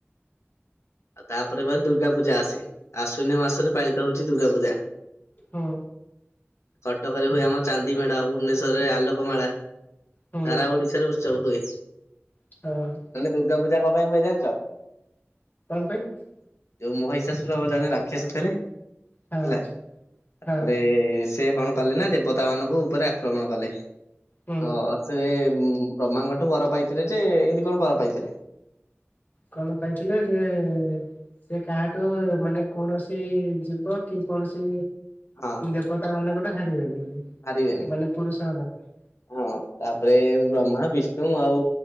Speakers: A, on the left; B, on the left.
A: ଆଉ ତାପରେ ବା ଦୁର୍ଗା ପୂଜା ଆସେ ଆଶ୍ୱିନ ମାସରେ ପାଳିତ ହଉଛି ଦୁର୍ଗାପୂଜା
B: ହଁ
A: କଟକରେ ହୁଏ ଆମ ଚାନ୍ଦି ମେଢ଼ ଭୁବନେଶ୍ୱରରେ ଆଲୋକ ମେଳା
B: ହୁଁ
A: ସାରା ଓଡିଶାରେ ଉତ୍ସବ ହୁଏ
B: ହୁଁ
A: ଦୂର୍ଗାପୂଜା କଣ ପାଇଁ ହୁଏ ଜାଣିଛ
B: କଣ ପାଇଁ
A: ଯୋଉ ମହିଷାସୁର ଜଣେ ରାକ୍ଷସ ଥିଲେ ହେଲା
B: ହଁ
A: ତାପରେ
B: ହଁ
A: ସେ କଣ କଲେ ନା ଦେବତା ମାନଙ୍କୁ ଉପରେ ଆକ୍ରମଣ କଲେ ତ
B: ହୁଁ
A: ସେ ବ୍ରହ୍ମାଙ୍କଠୁ ବର ପାଇଥିଲେ ଯେ ଏମିତି କଣ ବର ପାଇଥିଲେ।
B: କଣ ପାଇଥିଲେ ଯେ ସେ କାହାଠୁ ମାନେ କୌଣସି ଜୀବ କି କୌଣସି
A: ହଁ
B: ଦେବତା ମାନଙ୍କଠୁ ହାରିବେନି ବୋଲି
A: ହାରିବେନି।
B: ମାନେ ପୁରୁଷମାନେଙ୍କ ଦ୍ଵାରା।
A: ହଁ ତାପରେ ବ୍ରହ୍ମା ବିଷ୍ଣୁ ଆଉ